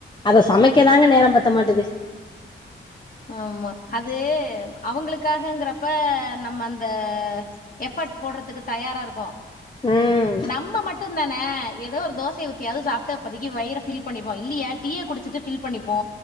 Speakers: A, on the left; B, on the left.
A: அத சமைக்கதாங்க நேரம் பத்த மாட்டது
B: ஆமா அது அவங்களுக்காகங்கிறப்ப நம்ம அந்த எஃபர்ட் போட்றதுக்கு தயாரா இருக்கொ
A: ம்
B: நம்ம மட்டுந்தா ன ஏதோ ஒரு தோசைய ஊத்தியாது சாப்ட்டு இப்பதைக்கு வைர ஃபில் பண்ணிப்போ இல்லியா டீய குடிச்சிட்டு ஃபில் பண்ணிப்போ